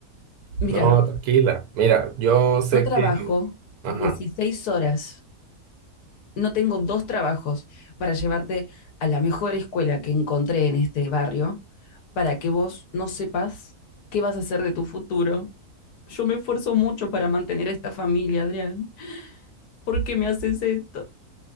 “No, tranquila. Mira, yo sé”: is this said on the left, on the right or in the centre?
Right